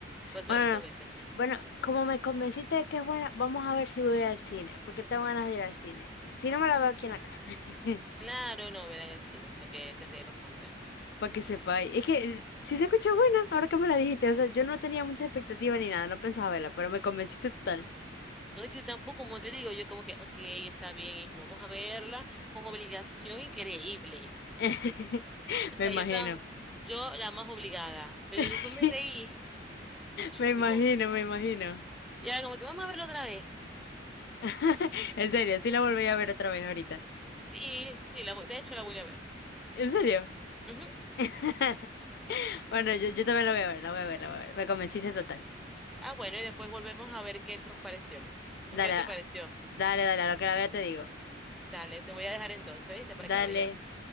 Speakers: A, in the centre; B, on the left.
A: por eso
B: Bueno,
A: la he visto dos
B: no.
A: veces.
B: bueno, como me convenciste de que es buena, vamos a ver si voy al cine, porque tengo ganas de ir al cine. Si no, me la veo aquí en la casa. <laughs>
A: Claro, no, verla en el cine, para que te ríes bastante.
B: Para que sepáis. Es que eh, sí se escucha buena, ahora que me la dijiste. O sea, yo no tenía mucha expectativa ni nada, no pensaba verla, pero me convenciste total.
A: No, yo tampoco, como te digo, yo como que, ok, está bien, hijo, vamos a verla con obligación increíble.
B: <laughs>
A: O sea,
B: Me imagino.
A: yo estaba, yo la más obligada, pero
B: <laughs>
A: después me reí muchísimo.
B: Me imagino, me imagino.
A: Y ahora como que vamos a verla otra vez.
B: <laughs> En serio, sí la volví a ver otra vez ahorita.
A: Y, y la, voy- de hecho la voy a ver.
B: ¿En serio?
A: Ujú.
B: <laughs> Bueno, yo, yo también la voy a ver, la voy a ver, la voy a ver. Me convenciste total.
A: Ah, bueno, y después volvemos a ver qué nos pareció. ¿O
B: Dale,
A: qué te pareció?
B: dale, dale, a lo que la vea te digo.
A: Dale, te voy a dejar entonces, ¿viste? Para
B: Dale.
A: que la vayas a ver.